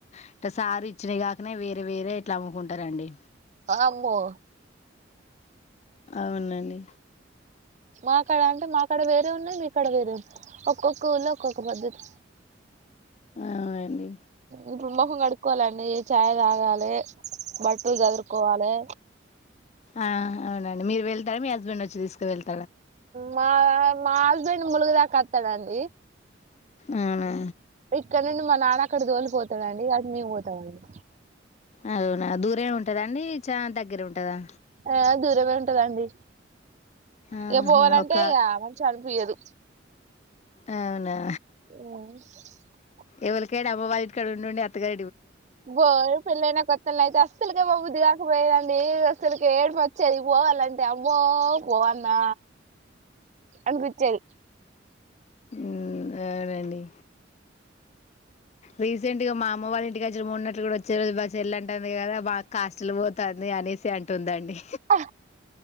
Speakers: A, on the left; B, on the right.
A: ఇట్ట సారు ఇచ్చినవి కాకనే వేరే వేరే ఇట్లా అమ్ముకుంటారండి
B: అమ్మో
A: అవునండి
B: మాకాడ అంటే మాకాడ వేరే ఉన్నాయి మీకాడ వేరే ఉన్నాయి ఒక్కొక్క ఊళ్ళో ఒక్కొక్క పద్ధతి
A: అవునండి
B: ఇప్పుడు మొహం కడుక్కోవాలండి డి చాయ్ తాగాలే బట్టలు చదురుకోవాలే
A: ఆ అవునండి మీరు వెళ్తారా మీ హస్బెండ్ వచ్చి తీసుకువెళ్తారా
B: మా మా హస్బెండ్ ములుగు దాకా వస్తాడండి
A: అవునా
B: ఇక్కడ నుండి మా నాన్న అక్కడ తోలిపోతడండి అది మేము పోతామండి
A: అవునా దూరమే ఉంటద అండి చానా దగ్గర ఉంటదా
B: ఆ దూరమే ఉంటదండి
A: ఆహా!
B: ఇగా పోవాలంటే
A: ఒక
B: ఇగా మంచిగా అనిపియదు
A: అవునా
B: అ
A: ఎవలికయినా అమ్మ వారి ఇంటికాడ ఉండి ఉండి అత్తాగా
B: ఓ పెళ్ళైైన కొత్తల అయితే అస్సలుకే పోబుద్ది కాకపోయేదండి అసలుకి ఏడూపు వచ్చేది పోవాలంటే అబ్బో పోవాల్నా అనిపించింది
A: ఉమ్ అవునండి రీసెంట్ గా మా అమ్మ వాళ్ళ ఇంటికి వచ్చిన మొన్నట్ల కూడా వచ్చే రోజు మా చెల్లె అంటాంది కదా మా అక్క హాస్టల్ కి పోతాంది అనేసి అంటుందండి
B: ఆ